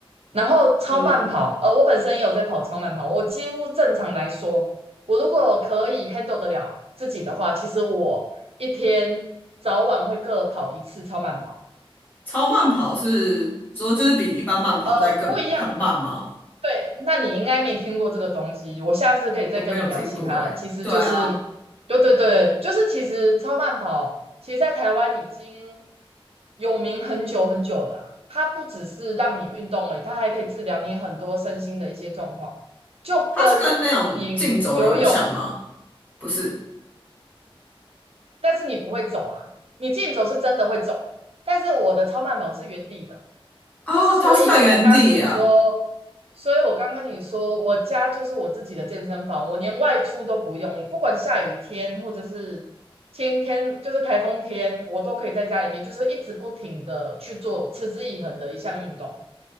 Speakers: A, on the right; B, on the left.
A: 然后超慢跑，
B: 嗯，
A: 呃，我本身也有在跑超慢跑，我几乎正常来说，我如果可以 handle 得了自己的话，其实我一天早晚会各跑一次超慢跑，
B: 超慢跑是说就是比一般慢跑在更很慢吗？
A: 呃，不一样的，对，那你应该没听过这个东西，我下次可以再跟你聊其他的。
B: 我没有听过诶、
A: 其实就是，
B: 对啊，
A: 对对对，就是其实超慢跑，其实在台湾已经有名很久很久了啦。它不只是让你运动而已，它还可以治疗你很多身心的一些状况，就跟你游泳，
B: 它是跟那种竞走有点像吗？不是，
A: 但是你不会走啊，你竞走是真的会走，但是我的超慢跑是原地的。
B: 哦，
A: 就是所以，
B: 它是在原地啊。
A: 我刚跟你说，所以我刚跟你说，我家就是我自己的健身房，我连外出都不用，我不管下雨天或者是天天就是台风天，我都可以在家里面，就是一直不停的去做持之以恒的一项运动。